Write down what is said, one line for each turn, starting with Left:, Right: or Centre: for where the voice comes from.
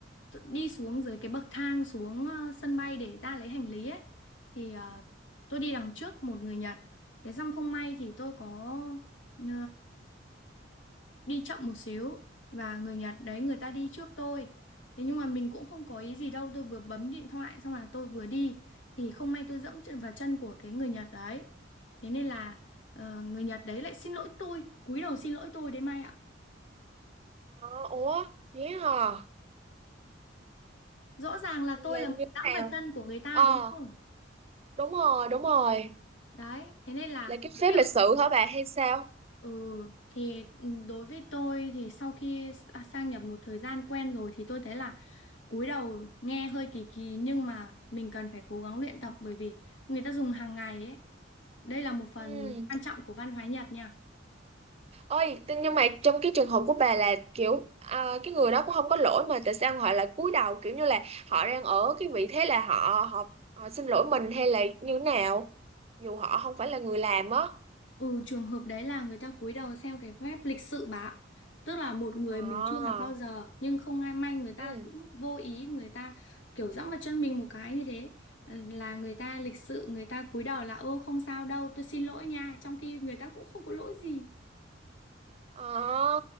Left: tự- đi xuống dưới cái bậc thang xuống ờ, sân bay để ra lấy hành lý ấy thì ờ, tôi đi đằng trước một người Nhật thế xong không may thì tôi có ờ, đi chậm một xíu và người Nhật đấy người ta đi trước tôi thế nhưng mà mình cũng không có ý gì đâu tôi vừa bấm điện thoại xong là tôi vừa đi thì không may tôi dẫm chân- vào chân của cái người Nhật đấy thế nên là ờ, người Nhật đấy lại xin lỗi tôi cúi đầu xin lỗi tôi đấy Mai ạ
Right: Ờ, ủa, vậy hả?
Left: rõ ràng là
Right: Là
Left: tôi là
Right: như
Left: người dẫm
Right: thế
Left: vào
Right: nào?
Left: chân của người ta
Right: Ờ,
Left: đúng không
Right: đúng rồi, đúng rồi.
Left: Đấy, thế nên là
Right: Là cái
Left: cái
Right: phép
Left: việc
Right: lịch sự hả bà hay sao?
Left: ừ thì ừ, đối với tôi thì sau khi s- à, sang nhập một thời gian quen rồi thì tôi thấy là cúi đầu nghe hơi kỳ kỳ nhưng mà mình cần phải cố gắng luyện tập bởi vì người ta dùng hàng ngày ấy. Đây là một phần
Right: Ừ.
Left: quan trọng của văn hóa Nhật nha.
Right: Ôi, thế nhưng mà trong cái trường hợp của bà là kiểu à, cái người đó cũng không có lỗi mà tại sao họ lại cúi đầu kiểu như là họ đang ở cái vị thế là họ họ, họ xin lỗi mình hay là như thế nào dù họ không phải là người làm á.
Left: Ừ, trường hợp đấy là người ta cúi đầu xem cái phép lịch sự bà ạ. Tức là một người
Right: À,
Left: mình chưa gặp bao giờ nhưng không ai may người ta
Right: ừ.
Left: cũng vô ý người ta kiểu dẫm vào chân mình một cái như thế Ờ, là người ta lịch sự người ta cúi đầu là ô không sao đâu tôi xin lỗi nha trong khi người ta cũng không có lỗi gì.
Right: À,